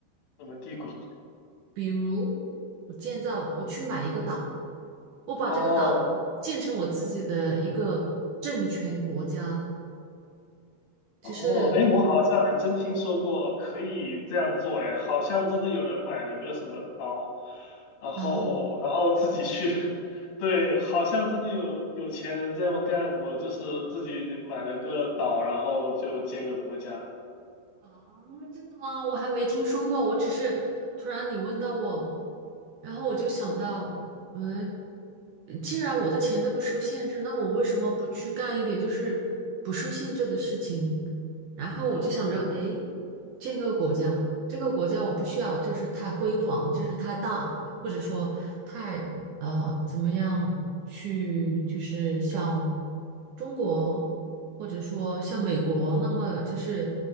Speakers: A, on the left; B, on the right.
A: 怎么帝国？
B: 比如我建造，我去买一个岛，我把这个岛建成我自己的一个政权国家，
A: 哦，
B: 就是
A: 哦，哎，我好像还真听说过可以这样做，哎，好像真的有人买了个什么岛，然后然后自己去，
B: 啊，
A: <laughs> 对，好像真的有有钱人这么干过，就是自己买了个岛，然后就建个国家，
B: 啊，真的吗？我还没听说过，我只是突然你问到我，然后我就想到，嗯，既然我的钱都不受限制，那我为什么不去干一点就是不受限制的事情？然后我就想着，
A: 嗯
B: 哎，建个国家，这个国家我不需要就是太辉煌，就是太大，或者说太呃怎么样去就是像中国或者说像美国，那么就是